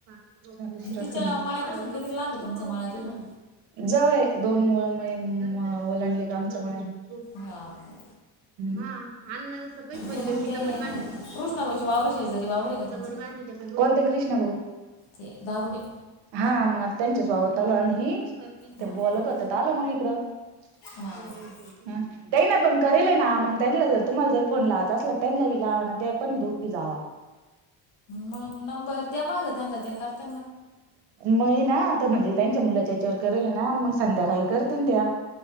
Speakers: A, on the right; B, on the left.
A: <inaudible>
B: तिच्या माळ्यापासून किती लांब आहे तुमचा माळ्या तिथून
A: ह ओलांडले का आमचा मळा
B: हा का
A: हा आणणार सकाळीच म्हटल
B: ते मग
A: मी
B: ते
A: टोमॅटो आणि
B: कृष्णाबाईचे वावर शेजारी वावर आहे का तुमचं
A: वांगी कोणते कृष्ण भाऊ
B: ते दारुडे
A: हा मग त्यांच्याच वावरात नाही
B: हां
A: ते बोलत
B: का
A: होतेत आलो मग इकडं
B: हां
A: बर
B: का
A: ते ना पण करेलय ना मग त्यांना जर तुम्हाला जर फोन लावायचा असला त्यांना बी लावा ना ते पण दोघी जावा
B: मग नंबर द्या माझ त्यांना त्या करता
A: मग ना आता म्हणजे त्यांच्या मुलाच्या याच्यावर करेल ना मग संध्याकाळी त्या